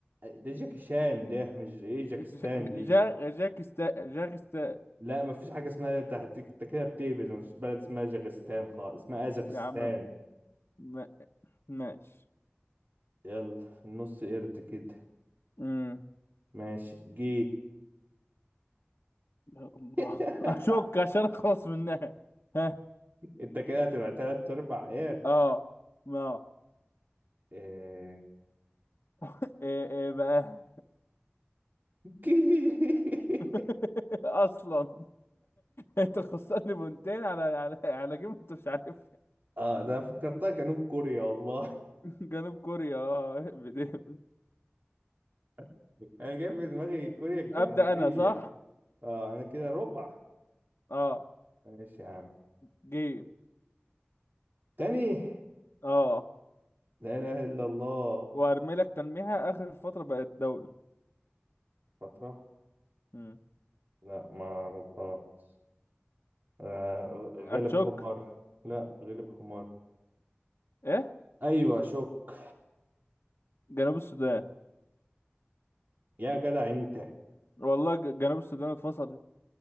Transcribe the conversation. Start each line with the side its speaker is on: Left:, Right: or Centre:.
Right: ده جاكشان ده مش ايه جاكستان
Left: ج-
Right: دي
Left: جا جاك استا جاك استا
Right: لا ما فيش حاجه اسمها انت هت- أنت كده بتهبل ما فيش بلد اسمها جاكستان خالص اسمها ازخستان
Left: يا عم ما... ماشي
Right: يلا النص قرد كده
Left: امم
Right: ماشي جه
Left: يا الله
Right: <laughs>
Left: <laughs> أشك عشان أخلص منها ها
Right: انت كده هتبقى تلات ارباع قرد
Left: اه ما
Right: آه،
Left: ايه ايه بقى
Right: <laughs>
Left: <laughs> اصلا انت خسرني بونتين على على على جيم انت مش عارفها
Right: اه ده فكرتها جنوب كوريا والله
Left: <laughs> جنوب كوريا اه <laughs> بدي-
Right: <laughs> انا جاي في دماغي كوريا الجنوبية
Left: ابدا انا صح
Right: اه انا كده ربع
Left: اه
Right: ماشي يا عم
Left: جيم
Right: تاني
Left: اه
Right: لا اله الا الله
Left: وارمي لك تلميحة اخر فترة بقت دولة
Right: فترة
Left: مم.
Right: لا ما اعرفهاش آه، غ- غلب
Left: اتشك
Right: حمار لا غلب حمار
Left: ايه
Right: ايوه شك
Left: جنوب السودان
Right: يا جدع انت
Left: والله ج- جنوب السودان اتفصلت